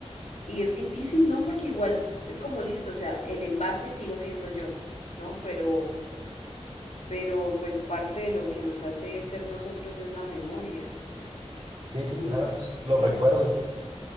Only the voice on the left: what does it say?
y es difícil, ¿no? Porque igual es como listo, o sea, el envase sigo siendo yo, ¿no? Pero, pero pues parte de lo que nos hace ser nosotros es la memoria.
Uy,
no sé.